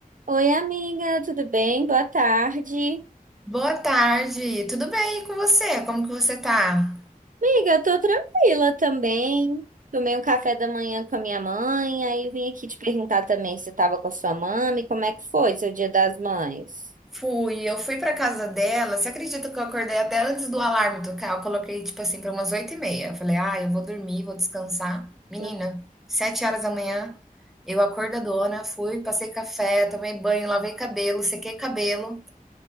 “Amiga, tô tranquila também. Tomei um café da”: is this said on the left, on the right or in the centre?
Right